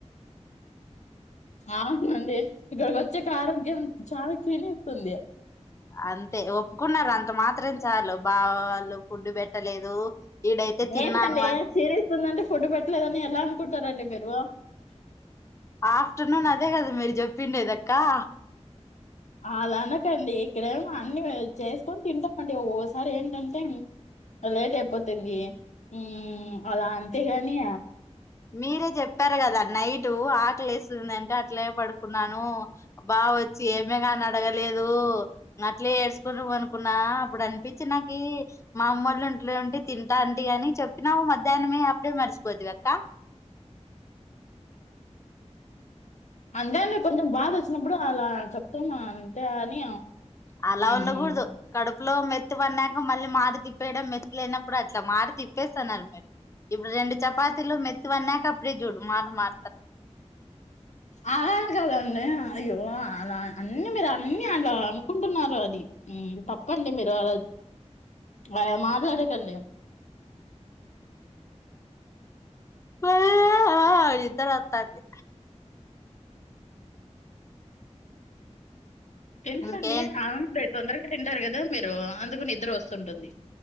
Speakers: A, on the left; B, on the left.
A: అవునండి ఇక్కడ వచ్చేక ఆరోగ్యం చాలా క్లీీనిస్తుంది
B: అంతే ఒప్పుకున్నారు అంత మాత్రం చాలు బా వాళ్ళు ఫుడ్డు పెట్టలేదు ఈడైతే తిన్నాను
A: ఏంటి అండి
B: అని.
A: చరి వస్తుందంటే ఫుడ్ పెట్టలేదని ఎలా అనుకుంటారంండి మీరు
B: ఆఫ్టర్నూన్ అదే కదా మీరు చెప్పిండేది కదక్క
A: అలా అనకండి ఇక్కడేమో అన్ని చేసుకొని తింటామండి ఓసారి ఏంటంటే లేట్ అయిపోతుంది ఉ అలా అంతేగాని
B: మీరే చెప్పారు కదా నైట్ ఇటు ఆకలి వస్తుంది అంటే అట్లే పడుకున్నాను బాగా వచ్చి ఏమే కాని అడగలేదు అట్లే ఏడ్చుకున్నాం ఆకలస్తుంది అంటే అట్లనే పోడుకున్నాను బావ వచ్చి ఆమె అని అడగ లేదు అప్పుడు అనిపించనికి మా అమ్మ వాళ్ళ ఇంట్లో ఉంటే అనుకున్నా అప్పుడు అనిపించి నాకి మా అమ్మళ్లు ఇంట్లో ఉంటే తింటా అంటే గాని చెప్పినావు మధ్యాహ్నమే అప్పుడే మర్చిపోద్ కద కా
A: అంతే అండి కొంచెం బాధ వచ్చినప్పుడు అలా చెప్తాం అంతే అని
B: అలా
A: మ్మ్
B: ఉండకూడదు కడుపు ఇప్పు లో మెత్తి వన్నాక మళ్ళీ మాట తిప్పేయడం మెత్తి లేనప్పుడు అట్లా మాట తిప్పేస్తున్నారు మీరు ఇప్పుడు రెండు చపాతీలు మెత్తి వన్నాక ఫడ చూడు మాట మారుతున్నారు
A: అలా అని కదండి అయ్యో అలా అన్న మీరు అన్ని మీరు అలా అనుకుంటున్నారు అది తప్పండి మీరు అలా ఆ మాట్లాడకండి
B: ఆ అద్దరే అ నిద్దరొట్టండి
A: ఎంత
B: ఇంకేంటి
A: అంద బట్ అంద్ర తింటారు కదా మీరు అందుకుని నిద్దరు వస్తుంటుంది